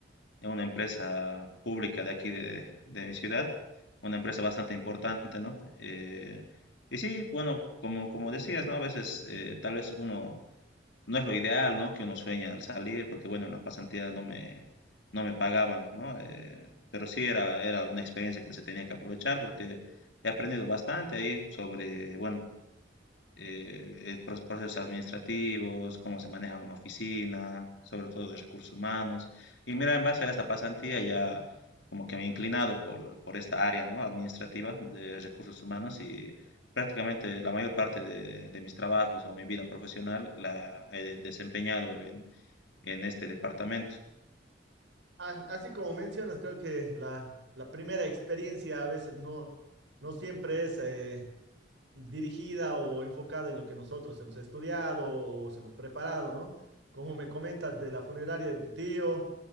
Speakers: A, on the left (about 80°); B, on the right (about 80°).
A: en una empresa pública de aquí de, de mi ciudad, una empresa bastante importante, ¿no? Eh, y sí, bueno, como, como decías, ¿no? A veces eh, tal vez uno no es lo ideal, ¿no? Que uno sueña al salir, porque bueno, en la pasantía no me, no me pagaban, ¿no? Eh, pero sí era, era una experiencia que se tenía que aprovechar porque he aprendido bastante ahí sobre, bueno, eh, eh, pro- procesos administrativos, cómo se maneja una oficina, sobre todo de recursos humanos. Y mira, en base a esta pasantía ya como que me he inclinado por, por esta área, ¿no? Administrativa de recursos humanos y prácticamente la mayor parte de, de mis trabajos o mi vida profesional la he desempeñado en, en este departamento.
B: a- así como mencionas, creo que la, la primera experiencia a veces no, no siempre es eh, dirigida o enfocada en lo que nosotros hemos estudiado o se hemos preparado, ¿no? Como me comentas de la funeraria de tu tío